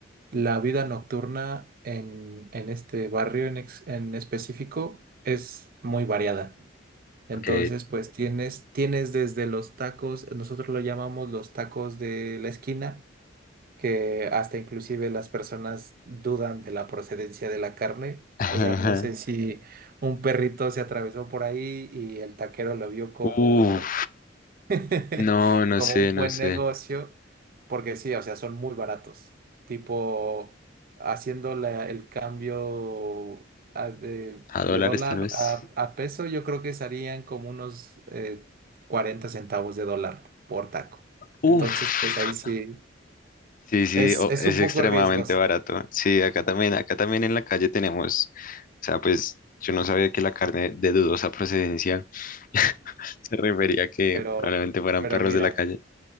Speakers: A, on the right; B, on the left.
A: La vida nocturna en, en este barrio en, ex- en específico es muy variada. Entonces,
B: Ok.
A: pues tienes, tienes desde los tacos, nosotros lo llamamos los tacos de la esquina, que hasta inclusive las personas dudan de la procedencia de la carne.
B: <laughs> Ajá.
A: O sea, no sé si un perrito se atravesó por ahí y el taquero lo vio como
B: Uf,
A: <laughs>
B: no, no
A: como
B: sé,
A: un
B: no
A: buen
B: sé.
A: negocio, porque sí, o sea, son muy baratos. Tipo, haciendo la- el cambio a- de,
B: A
A: de
B: dólares
A: dólar
B: tal vez.
A: a, a peso, yo creo que serían como unos eh, 40 centavos de dólar por taco.
B: Uf.
A: Entonces, pues ahí sí,
B: Sí, sí,
A: es,
B: o-
A: es
B: es
A: un
B: extremadamente
A: poco riesgoso,
B: barato. Sí, acá también, acá también en la calle tenemos, o sea, pues yo no sabía que la carne de dudosa procedencia <laughs> se refería a que
A: pero,
B: probablemente fueran
A: pero
B: perros
A: mira.
B: de la calle.